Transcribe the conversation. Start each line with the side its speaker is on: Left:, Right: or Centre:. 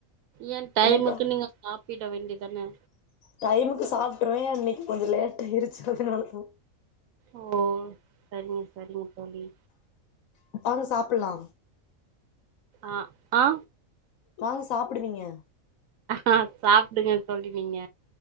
Right: ஏ டைமுக்கு
Left: என்னக்கா
Right: நீங்க சாப்பிட வேண்டியதானே
Left: டைமுக்கு சாப்ட்ருவே இன்னைக்கு கொஞ்ச லேட் ஆயிடுச்சு அதனால தா
Right: ஓ சரிங்க சரிங்க தோழி
Left: அப்ப வாங்க சாப்புலா
Right: ஆ ஆ
Left: வாங்க சாப்பிடுவீங்க
Right: ஆ சாப்பிடுங்க தோழி நீங்க